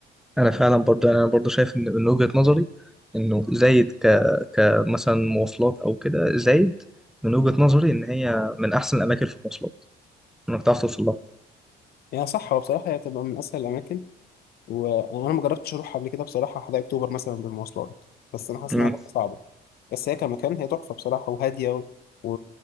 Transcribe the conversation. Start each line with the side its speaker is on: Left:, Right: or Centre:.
Centre: انا فعلا برضو يعني انا برضو شايف ان من وجهة نظري انه زايد ك كمثلا مواصلات او كده زايد من وجهة نظري ان هي من احسن الاماكن في المواصلات انك تعرف توصل لها
Left: يعني صح هو بصراحه هي بتبقى من اسهل الاماكن وانا ما جربتش اروح قبل كده بصراحه حدائق اكتوبر مثلا بالمواصلات بس انا حاسس
Centre: مم.
Left: انها هتبقى صعبه بس هي كمكان هي تحفه بصراحه وهاديه و... و...